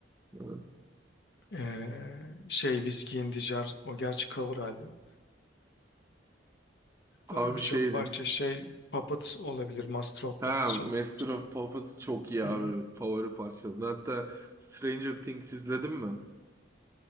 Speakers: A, on the right; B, on the left.
A: Evet.
B: ee, şey Whiskey in the Jar o gerçi cover albüm.
A: Abi
B: Var birçok
A: şeydi.
B: parça şey Puppet olabilir. Master of
A: Ha,
B: Puppets
A: Master
B: olabilir.
A: of Puppets çok iyi abi.
B: Hı.
A: Favori parçalarım. Hatta Stranger Things izledin mi?